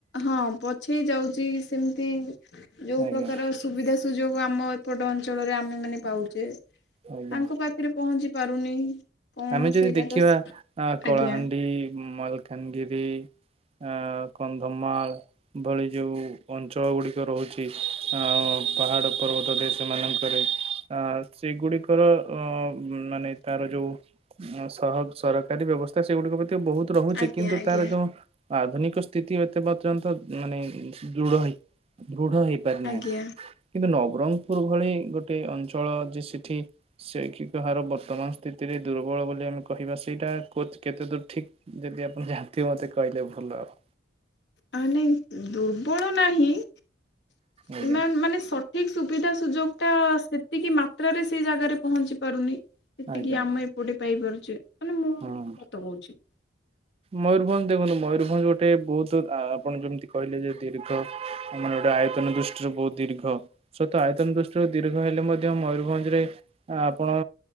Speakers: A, on the left; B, on the right.
A: ହଁ ପଛେଇ ଯାଉଛି ସେମିତି ଯୋଉ
B: ଆଜ୍ଞା
A: ପ୍ରକାର ସୁବିଧା ସୁଯୋଗ ଆମ ଏପଟ ଅଞ୍ଚଳରେ ଆମେ ମାନେ ପାଉଛେ
B: ଆଜ୍ଞା।
A: ତାଙ୍କ ପାଖରେ ପହଞ୍ଚି ପାରୁନି କଣ
B: ଆମେ ଯଦି
A: ସେଇଟା
B: ଦେଖିବା
A: ତ
B: ଆ କଳାହାଣ୍ଡି,
A: ଆଜ୍ଞା।
B: ମାଲକାନଗିରି ଆ କନ୍ଧମାଳ ଭଳି ଯୋଉ ଅଞ୍ଚଳ ଗୁଡିକ ରହୁଛି ଆ ପାହାଡ଼ ପର୍ବତରେ ସେମାନଙ୍କରେ ଆ ସେଗୁଡିକର ଅ ମାନେ ତାର ଯୋଉ ସହ ସରକାରୀ ବ୍ୟବସ୍ଥା ସେଗୁଡିକ ପ୍ରତି ବହୁତ ରହୁଛି।
A: ଆଜ୍ଞା
B: କିନ୍ତୁ
A: ଆଜ୍ଞା
B: ତାର ଯୋଉ ଆଧୁନିକ ସ୍ଥିତି ଏତେ ପର୍ଯ୍ୟନ୍ତ ମାନେ ଦୃଢ ହେଇ ଦୃଢ ହେଇ। <unintelligible>
A: ଆଜ୍ଞା।
B: କିନ୍ତୁ ନବରଙ୍ଗପୁର ଭଳି ଗୋଟେ ଅଞ୍ଚଳ ଯେ ସେଠି ଶୈକ୍ଷିକ ହାର ବର୍ତ୍ତମାନ ସ୍ଥିତିରେ ଦୁର୍ବଳ ବୋଲି ଆମେ କହିବା ସେଇଟା କେତେ ଦୂର ଠିକ୍ ଯଦି ଆପଣ ଜାଣିଥିବେ ମତେ କହିଲେ ଭଲ ଆଉ
A: ଆ ନାଇଁ ଦୁ ଦୁର୍ବଳ ନାହିଁଏ
B: ଆଜ୍ଞା
A: ମାନେ ମାନେ ଠିକ ସୁବିଧା ସୁଯୋଗ ଟା ସେତିକି ମାତ୍ରାରେ ସେଇ ଜାଗାରେ ପହଞ୍ଚି ପାରୁନି। ସେତିକି
B: ଆଜ୍ଞା
A: ଆମେ ଏପଟେ ପାଇପାରୁଛେ ମାନେ ମୁଁ
B: ହଁ
A: ସତ କହୁଛି।
B: ମୟୂରଭଞ୍ଜ ଦେଖନ୍ତୁ ମୟୂରଭଞ୍ଜ ଗୋଟେ ବହୁତ ଆ ଆପଣ ଯେମିତି କହିଲେ ଯେ ଦୀର୍ଘ ମାନେ ଗୋଟେ ଆୟତନ ଦୃଷ୍ଟି ୃ ବହୁତ ଦୀର୍ଘ ସତ ଆୟତନ ଦୃଷ୍ଟିରୁ ଦୀର୍ଘ ହେଲେ ମଧ୍ୟ ମୟୂରଭଞ୍ଜରେ ଆପଣ